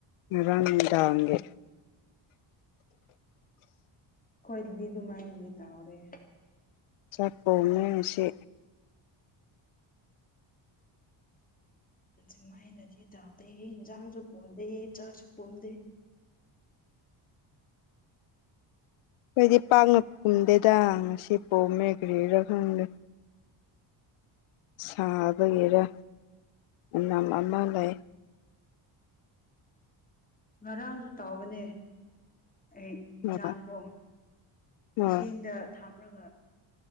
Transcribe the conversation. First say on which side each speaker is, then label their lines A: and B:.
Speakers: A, on the left (about 75°); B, on the left (about 15°).
A: ꯉꯔꯥꯡ ꯅꯨꯡꯗꯥꯡꯒꯤ꯫
B: ꯈꯣꯏꯗꯗꯤ ꯗꯨꯃꯥꯏꯅꯗꯤ ꯇꯧꯗꯦ꯫
A: ꯆꯥꯛ ꯄꯨꯝꯃꯦ ꯉꯁꯤ꯫
B: ꯑꯗꯨ ꯃꯥꯢꯅꯗꯤ ꯇꯧꯗꯦ ꯏꯟꯖꯥꯡꯁꯨ ꯄꯨꯝꯗꯦ ꯆꯥꯛꯁꯨ ꯄꯨꯝꯗꯦ꯫
A: ꯈꯣꯢꯗꯤ ꯄꯥꯛꯅ ꯄꯨꯝꯗꯦꯗ ꯉꯁꯤ ꯄꯨꯝꯃꯦ ꯀꯔꯤꯒꯤꯔ ꯈꯪꯗꯦ꯫ ꯁꯥꯕꯒꯤꯔ ꯄꯨꯝꯅꯝ ꯑꯃ ꯂꯩ꯫
B: ꯉꯔꯥꯡꯁꯨ ꯇꯧꯕꯅꯦ ꯑꯩ꯫ ꯏꯟꯖꯥꯡꯀꯣ
A: ꯍꯣꯏ ꯍꯣꯏ
B: ꯏꯁꯤꯡꯗ, ꯊꯝꯔꯒ